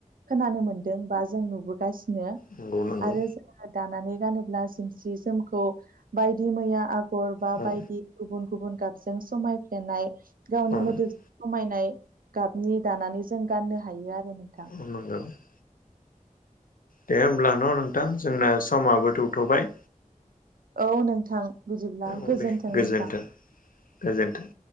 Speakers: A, on the right (about 80°); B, on the left (about 75°).
A: खोनानो मोनदों बा जों नुबो गासिनो
B: नंगौ नंगौ
A: आरो जोङो दानानै गानोब्ला जि जोमखौ बायदि मैया आगर बा
B: औ
A: बायदि गुबुन गुबुन गाबजों समायफ्लेनाय गावनि
B: औ
A: मोदोम सममायनाय गाबनि दानानै जों गाननो हायो आरो नोंथां।
B: <inaudible> दे होमब्ला न' नोंथां जोंना समाबो थौथ'बाय।
A: औ नोंथां। बिदिब्ला
B: औ दे गोजोन्थों
A: नोंथां।
B: गोजोनथों।